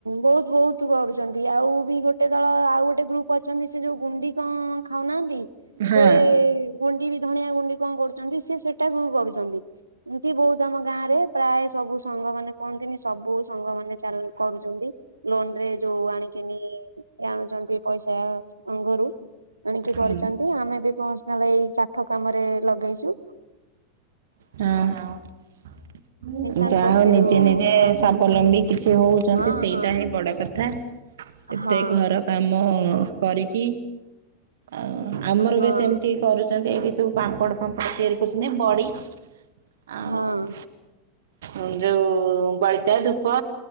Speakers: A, on the right (about 80°); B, on the right (about 60°).
A: ବହୁତ ବହୁତ ତୁ କରୁଚନ୍ତି ଆଉ ବି ଗୋଟେ ଦଳ ଆଉ ଗୋଟେ ଗ୍ରୁପ ଅଛନ୍ତି ସେ ଯୋଉ ଗୁଣ୍ଡି କଁ ଖାଉନାହାନ୍ତି
B: ହଁ
A: ସେ ଗୁଣ୍ଡି ବି ଧଣିଆ ଗୁଣ୍ଡି କଁ କରୁ ଚନ୍ତି ସିଏ ସେଟାକୁ କରୁଚନ୍ତି। ଏମିତି ବୋହୁତ ଆମ ଗାଁ ରେ ପ୍ରାଏ ସବୁ ସଂଘ ମାନେ କୁହନ୍ତିନି ସବୁ ସଂଘ ମାନେ ଚାଲ କରୁଚନ୍ତି। ଲୋନ ରେ ଯୋଉ ଆଣିକିନି ଏଇ ଆଣୁଛନ୍ତି ପଇସା ଅଙ୍ଗରୁ ଆଣିକି
B: ହୁଁ
A: କରିଚନ୍ତି ଆମେ ବି <unintelligible> ଏଇ କାଠ କାମରେ ଲଗେଇଚୁ।
B: ହଁ ହଁ।
A: ମିଶନ
B: ଯାହା
A: ଶକ୍ତିରୁ
B: ହଉ ନିଜେ ନିଜେ
A: ପାଉଛନ୍ତି।
B: ସାଵଲମ୍ବୀ କିଛି ହୋଉଚନ୍ତି
A: ହଁ
B: ସେଇଟା
A: ହଁ
B: ହିଁ ବଡ କ ଥା ଏତେ
A: ହଁ
B: ଘର କାମ କରିକି ଆଉ ଆମର
A: ହଁ
B: ବି ସେମିତି କରୁ ଚନ୍ତି ଏଇଠି ସବୁ ପାମ୍ପଡ ଫାମ୍ପଡ ତିଆରି କରୁଛନ୍ତି ବଡି ଆଉ
A: ହଁ
B: ଉଁ ଯୋଉ ବଳିତା ଧୂପ।